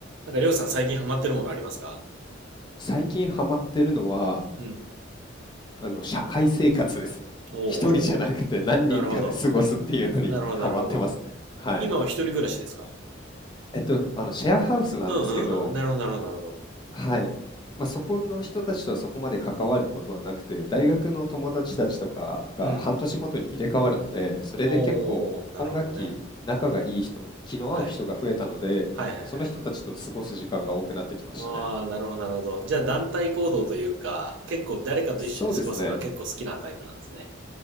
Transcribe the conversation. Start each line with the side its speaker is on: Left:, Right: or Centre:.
Right: なんか、りょうさん最近ハマってるものありますか
Left: 最近ハマってるのは、
Right: うん。
Left: あの、社会生活ですね。<laughs>
Right: おうおうお
Left: 一人じゃなくて何人かで過ごすっていうのにハマってますね。
Right: う。なるほど。なるほど、なるほど。
Left: はい。
Right: 今は一人暮らしですか
Left: えっと、あの、シェアハウスなんですけど、
Right: うんうんうん。なるほど、なるほど、なるほど。
Left: はい。まあ、そこの人たちとはそこまで関わることはなくて、大学の友達たちとかが半年ごとに入れ替わるので、
Right: うん。
Left: それで結構今学期仲がいい人、
Right: おお、なるほどね。
Left: 気の合う人が増えたので、
Right: はい。はいはいはい。
Left: その人たちと過ごす時間が多くなってきましたね。
Right: ああ、なるほど、なるほど。じゃあ、団体行動というか、結構誰かと一緒に過ごすのは結構好きなタイプなんですね。
Left: そうですね。